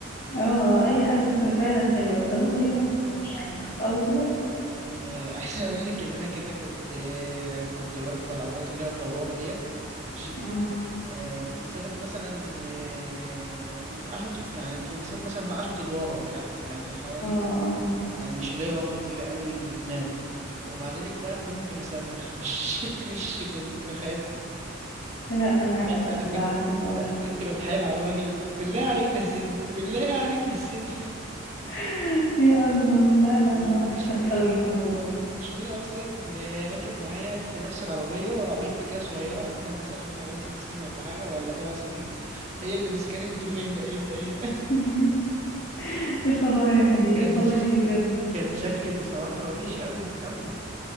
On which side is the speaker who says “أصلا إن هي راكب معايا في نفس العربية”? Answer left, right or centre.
Right